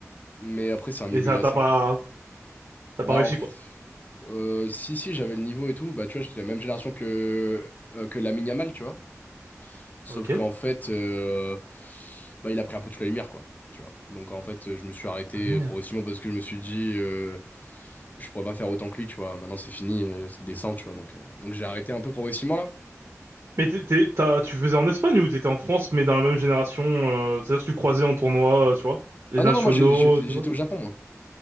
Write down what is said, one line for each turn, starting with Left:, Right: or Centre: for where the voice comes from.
Left: mais après, c'est un milieu
Right: Et ça,
Left: assez.
Right: t'as pas, t'as
Left: Bah,
Right: pas réussi,
Left: en f-
Right: quoi.
Left: euh, si, si, j'avais le niveau et tout. Bah, tu vois, j'étais de la même génération que, euh, que Lamine Yamal, tu vois. Sauf
Right: Ok.
Left: qu'en fait, euh, bah, il a pris un peu toute la lumière, quoi. Tu vois. Donc, en fait, je me suis arrêté
Right: Ah, merde.
Left: progressivement parce que je me suis dit, euh, je pourrais pas faire autant que lui, tu vois. Maintenant, c'est fini, euh, c'est décent, tu vois. Donc, euh, donc j'ai arrêté un peu progressivement, là.
Right: Mais t'es, t'es- t'as, tu faisais en Espagne ou t'étais en France, mais dans la même génération, euh, c'est-à-dire que tu croisais en tournoi, euh, tu vois? Les
Left: Ah
Right: nationaux,
Left: non, non, moi, j'ai- j'étais
Right: et tout
Left: j'étais
Right: ça?
Left: au Japon, moi.